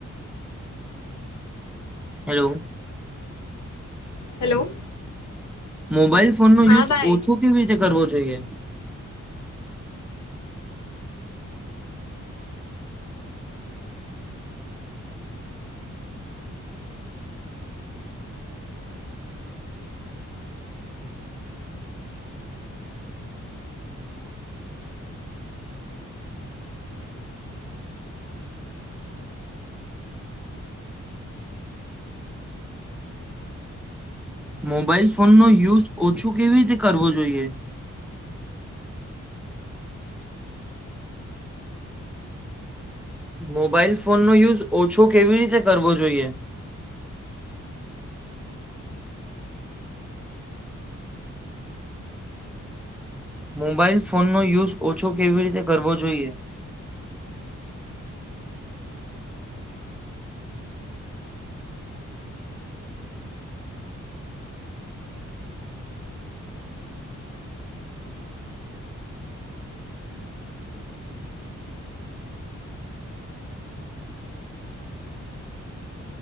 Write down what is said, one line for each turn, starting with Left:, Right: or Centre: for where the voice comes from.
Centre: hello.
Left: હેલો.
Centre: મોબાઈલ ફોનનો
Left: હા
Centre: યુઝ
Left: ભાઈ
Centre: ઓછો કેવી રીતે કરવો જોઈએ? મોબાઈલ ફોનનો યુઝ ઓછો કેવી રીતે કરવો જોઈએ? મોબાઈલ ફોનનો યુઝ ઓછો કેવી રીતે કરવો જોઈએ? <unintelligible> મોબાઈલ ફોનનો યુઝ ઓછો કેવી રીતે કરવો જોઈએ? <inaudible>